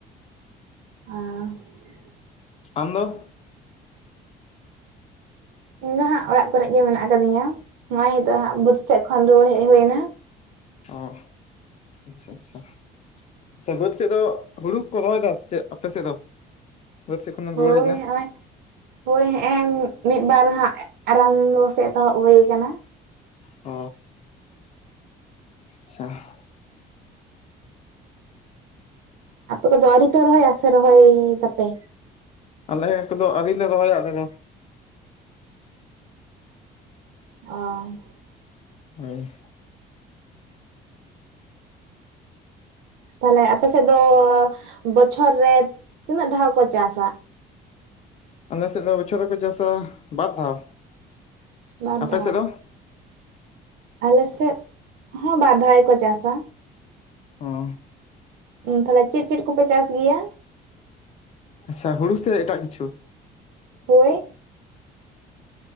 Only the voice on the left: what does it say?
ᱟᱢ ᱫᱚ?
ᱚᱸ ᱟᱪᱪᱷᱟ ᱟᱪᱪᱷᱟ᱾ ᱟᱪᱪᱷᱟ ᱵᱟᱹᱫᱽ ᱥᱮᱫ ᱫᱚ ᱦᱩᱲᱩ ᱠᱚ ᱠᱚ ᱨᱚᱦᱚᱭᱮᱫᱟ ᱪᱮᱫ ᱟᱯᱮ ᱥᱮᱫ ᱫᱚ? ᱵᱟᱹᱫ ᱥᱮᱡ ᱠᱷᱚᱱᱮᱢ
ᱨᱩᱟᱹᱲ ᱦᱮᱡ ᱮᱱᱟ᱾
ᱚ ᱟᱪᱪᱷᱟ᱾
ᱟᱞᱮ ᱠᱚᱫᱚ ᱟᱣᱨᱤ ᱞᱮ ᱨᱚᱦᱚᱭᱟ ᱟᱞᱮ ᱫᱚ᱾
ᱦᱮᱸ
ᱟᱞᱮ ᱥᱮᱫ ᱫᱚ ᱵᱚᱪᱷᱚᱨ ᱨᱮᱠᱚ ᱪᱟᱥᱟ ᱵᱟᱫ ᱫᱷᱟᱣ᱾
ᱟᱯᱮ
ᱥᱮᱫ ᱫᱚ
ᱚᱸᱻ
ᱟᱪᱪᱷᱟ ᱦᱩᱲᱩ ᱥᱮ ᱮᱴᱟᱜ ᱠᱤᱪᱷᱩ?